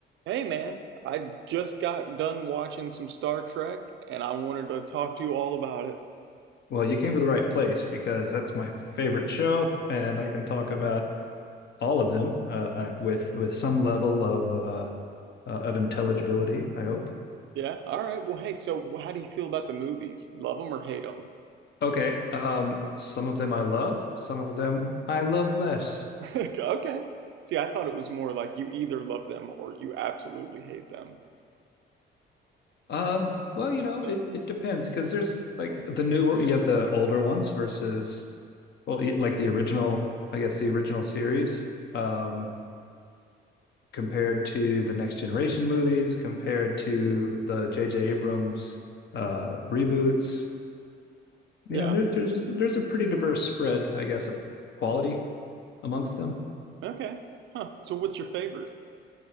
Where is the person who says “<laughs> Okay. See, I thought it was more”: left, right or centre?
Right